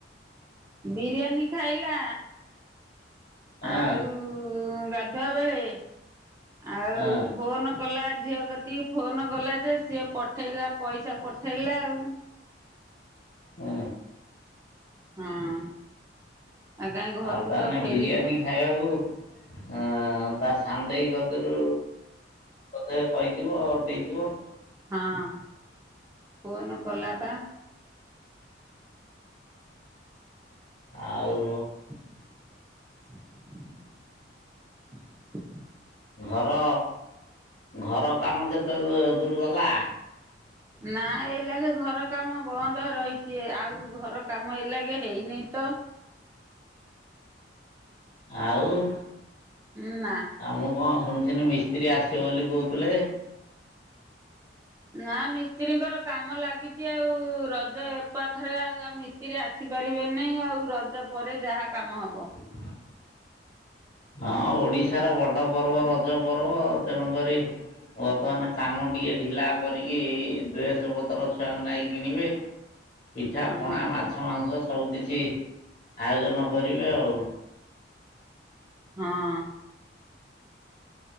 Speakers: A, on the right; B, on the left.
A: ବିରିୟାନୀ ଖାଇଲା
B: ହଁ
A: ଆଉ ଗା ଧୁଆ ବେଳେ ଆଉ
B: ହଁ
A: ଫୋନ୍ କଲା ଝିଅ କ ତି ଫୋନ୍ କଲା ଯେ ସିଏ ପଠେଇଲା ପଇସା ପଠେଇଲା ଆଉ।
B: ହୁଁ।
A: ହଁ। କାହିଁ ଘରକୁ
B: ଆଉ ତାହେନେ
A: ତ ଫେରିନି
B: ବିରିୟାନୀ ଖାଇବାକୁ ଅଁ ତା ସାନଦେଇ କତୁରୁ ବୋଧେ କହିଥିବ ଆଉ ଦେଇଥିବ।
A: ହଁ ଫୋନ୍ କଲା ପା।
B: ଆଉ
A: <inaudible>
B: ଘର ଘର କାମ କେତେ ଦୁ ଦୂରୁ ଗଲା?
A: ନାଁ ଏ ଲାଗେ ଘର କାମ ବନ୍ଦ ରହିଛି ଆଉ ଘର କାମ ଏ ଲାଗେ ହେଇନି ତ।
B: ଆଉ?
A: ଉଁ ନା।
B: ଆଉ ମୁଁ କଣ ଶୁଣିିଥିନି ମିସ୍ତ୍ରୀ ଆସିବ ବୋଲି କହୁଥିଲେ।
A: ନା ମିସ୍ତ୍ରୀଙ୍କର କାମ ଲାଗିଛି ଆଉ ରଜ ଏ ପାଖରେ ଆଉ ଆ ମିସ୍ତ୍ରୀ ଆସି ଆସିପାରିବେ ନାହିଁ ଆଉ ରଜ ପରେ ଯାହା କାମ ହବ।
B: <inaudible> ହଁ ଓଡିଶାର ବଡ ପର୍ବ ରଜ ପର୍ବ ତେଣୁ କରି ବର୍ତ୍ତମାନ କାମ ଟିକେ ଢିଲା କରିକି ଡ୍ରେସ୍ ପତ୍ର ଛୁଆଙ୍କୁ ନାଇ କିଣିବେ। ପିଠା,
A: ହଁ
B: ପଣା, ମାଛ, ମାଂସ ସବୁ କିଛି ଆୟୋଜନ କରିବେ ଆଉ।
A: ହଁ।